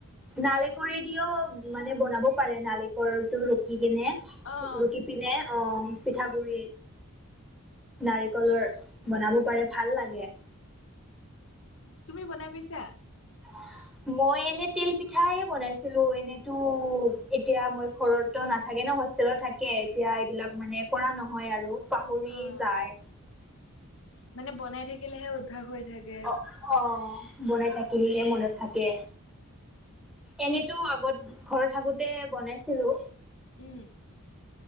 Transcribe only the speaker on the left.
অ'
তুমি বনাই পাইছা?
অ',
মানে বনাই থাকিলেহে অভ্যাস হৈ থাকে।
উম,